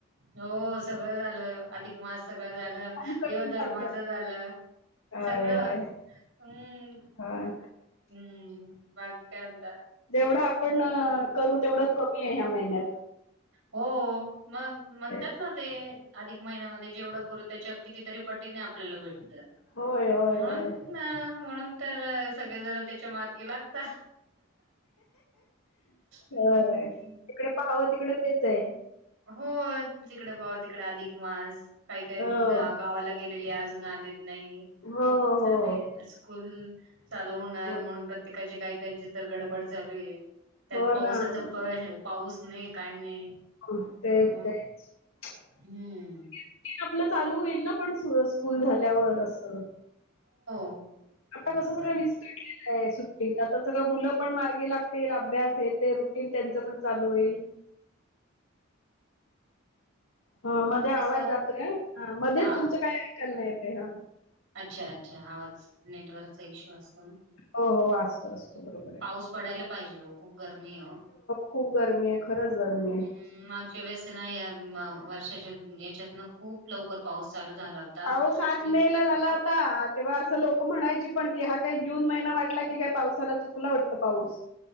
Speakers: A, on the right; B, on the left.
A: हो सगळं झालं. अधिक मास सगळं झालं.
B: आमचं
A: देवधर्माच
B: पण
A: झालं.
B: होय
A: सगळं
B: होय
A: हम्म
B: हा
A: हम्म बाकी काय म्हणता?
B: जेवढं आपण करू तेवढं कमी आहे. ह्या महिन्यात.
A: हो. मग म्हणतात
B: तेच.
A: ना ते अधिक महिन्यामध्ये जेवढ करू त्याच्या कितीतरी पटीने आपल्याला भेट
B: होय होय
A: म्हणूना
B: होय.
A: म्हणून तर सगळे जरा त्याच्या मार्गे लागता. हं.
B: होय तिकडे पाहावं तिकडे तेच. ते
A: हो जिकडे पाहव तिकडे अधिक मास काही काही
B: हो
A: गावाला गेलेली आज आजुन आलेत नाही
B: हो हो
A: चाले स्कूल चालू होणार
B: हो
A: म्हणून प्रत्येकाची काही त्यांची तर गडबड चालू आहे. त्यात
B: हो
A: पाऊसाचा
B: ना म्हणून
A: पर पाऊस नाही काय नाही.
B: हो तेच
A: मग
B: तेच रूटीनआपलं
A: हम्म.
B: चालू होईल. <unintelligible> स्कूल झाल्यावर असं
A: <inaudible>
B: आता
A: बरोबर
B: कसं सगळं
A: आहे.
B: वीज काले सुट्टीत आता सगळं मुलं पण मार्गी लागतील अभ्यास आहे ते रुटीन त्यांच पण चालू होईल. ह मध्ये आवाज
A: कसं
B: जातोय मध्येच
A: हा
B: तुमचं काही ऐकाल नाही. ते हा
A: अच्छा अच्छा आवाज नेटवर्क इशू असतो ना
B: हो हो असतो असतो बरोबर आहे
A: पाऊस पडायला. पाहिजलो खूप गर्मीि हो
B: खूप गरमी आहे. खरंच गरमी आहे
A: हम्म माग वस या वर्षाच्या याच्यातन खूप लवकर पाऊस चालू झाला होता.
B: पाह सात
A: आणि
B: मे ला झाला होता तेव्हा असं लोक म्हणायची पण की हा काही जून दोन महिना वाटला की काय पावसाला चुकला वाटतं पाऊस